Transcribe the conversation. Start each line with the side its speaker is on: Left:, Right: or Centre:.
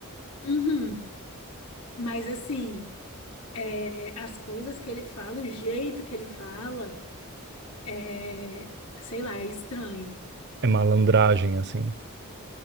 Left: Uhum. Mas assim, é, as coisas que ele fala, e o jeito que ele fala, é, sei lá, é estranho.
Right: É malandragem, assim.